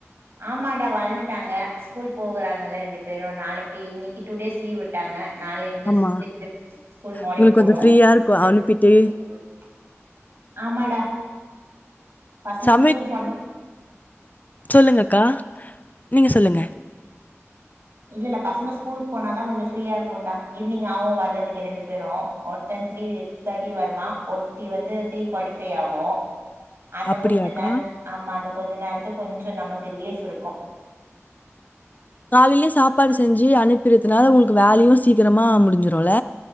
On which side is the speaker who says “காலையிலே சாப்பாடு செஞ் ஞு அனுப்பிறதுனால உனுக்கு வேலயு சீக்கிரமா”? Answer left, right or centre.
Left